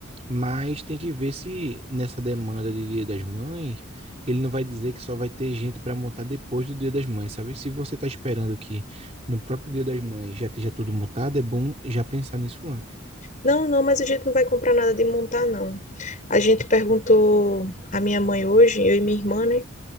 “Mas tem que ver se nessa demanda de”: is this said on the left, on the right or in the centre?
Right